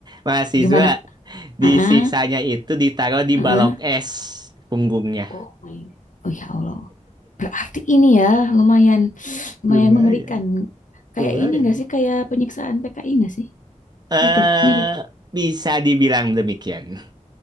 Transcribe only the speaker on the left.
gimana?
Ah,
ah.
Oh my. Oh ya Allah. Berarti ini ya lumayan, lumayan
mengerikan. Kayak
ini nggak sih? Kayak penyiksaan PKI nggak sih?
Gitu, mirip.